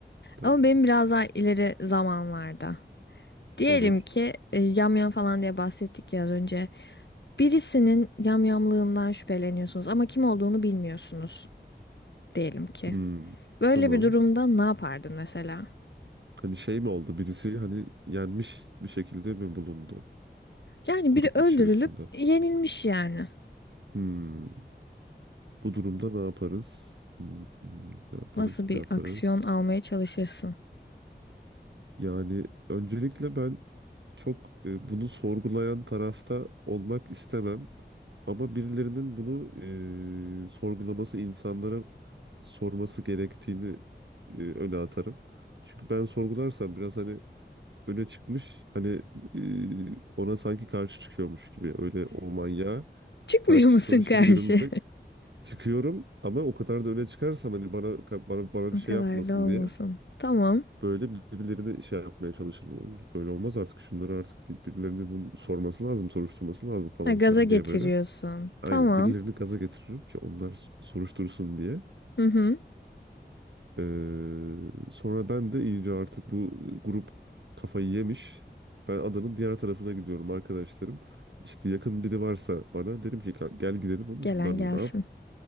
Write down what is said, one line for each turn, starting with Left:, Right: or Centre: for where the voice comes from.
Right: Tamam.
Left: Ama benim biraz daha ileri zamanlarda. Diyelim
Right: Olur.
Left: ki e, yamyam falan diye bahsettik ya az önce. Birisinin yamyamlığından şüpheleniyorsunuz ama kim olduğunu bilmiyorsunuz diyelim ki.
Right: Hmm,
Left: Böyle
Right: Tamam.
Left: bir durumda ne yapardın mesela?
Right: Hani şey mi oldu? Birisi hani yenmiş bir şekilde mi bulundu?
Left: Yani
Right: Grup
Left: biri öldürülüp
Right: içerisinde.
Left: yenilmiş yani.
Right: Hmm, Bu durumda ne yaparız? Hmm, Ne yaparız?
Left: Nasıl bir
Right: Ne yaparız?
Left: aksiyon almaya çalışırsın?
Right: Yani öncelikle ben çok e, bunu sorgulayan tarafta olmak istemem. Ama birilerinin bunu e, sorgulaması, insanlara sorması gerektiğini e, öne atarım. Çünkü ben sorgularsam biraz hani öne çıkmış, hani e, ona sanki karşı çıkıyormuş gibi, öyle o manyağa
Left: Çıkmıyor
Right: karşı çıkıyormuş
Left: musun karşı?
Right: gibi görünmek çıkıyorum. Ama o kadar da öne çıkarsam hani bana bana bana bir
Left: O
Right: şey
Left: kadar
Right: yapmasın
Left: da olmasın.
Right: diye.
Left: Tamam.
Right: Böyle birbirlerini şey yapmaya çalışır. "Oğlum Böyle olmaz artık şunları artık bir- birilerini bunu sorması lazım, soruşturması lazım falan
Left: Ha, gaza
Right: filan
Left: getiriyorsun.
Right: diye böyle. Aynen
Left: Tamam.
Right: birilerini gaza getiririm ki onlar s- soruştursun diye.
Left: Hı hı.
Right: Ee, sonra ben de iyice artık bu grup kafayı yemiş. Ben adanın diğer tarafına gidiyorum arkadaşlarım. İşte yakın biri varsa bana derim ki "Ka- gel gidelim oğlum
Left: Gelen
Right: bunlarla
Left: gelsin
Right: ne yap?